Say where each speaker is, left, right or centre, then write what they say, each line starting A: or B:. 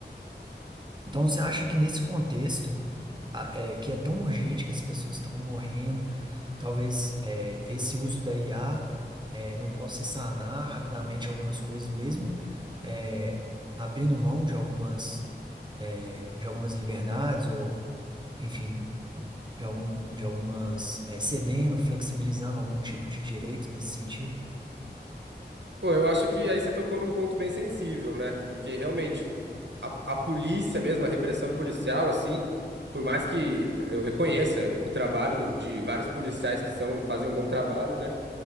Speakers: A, on the right; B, on the right.
A: Então, você acha que nesse contexto a- é, que é tão urgente que as pessoas estão morrendo. Talvez é, esse uso da IA é, não possa sanar rapidamente algumas coisas, mesmo é, abrindo mão de algumas, é, de algumas liberdades, ou, enfim, de, algum, de algumas, é, cedendo, flexibilizando algum tipo de direito nesse sentido.
B: Pô, eu acho que aí você tocou num ponto bem sensível, né? Porque realmente a, a polícia mesmo, a repressão policial, assim, por mais que eu reconheça o trabalho do- de vários policiais que são, fazem um bom trabalho, né?